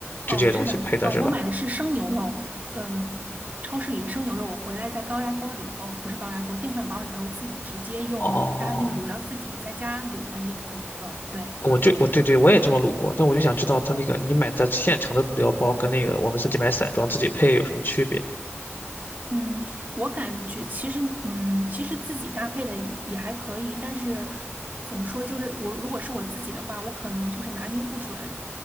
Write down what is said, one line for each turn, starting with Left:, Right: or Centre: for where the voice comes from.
Right: 哦，
Left: 就这些东西配的是吧？
Right: 是的，呃，我买的是生牛肉，嗯、超市里的生牛肉，我回来在高压锅里头，不是高压锅，电饭煲里头自己直接用加上那个卤料自己在家卤的那个牛肉，
Left: 哦，
Right: 对。
Left: 我就我对对，我也这么卤过，但我就想知道它那个你买的现成的卤料包跟那个我们自己买散装自己配有什么区别？
Right: 嗯，我感觉其实，嗯，其实自己搭配的也也还可以，但是怎么说，就是我如果是我自己的话，我可能就是拿捏不准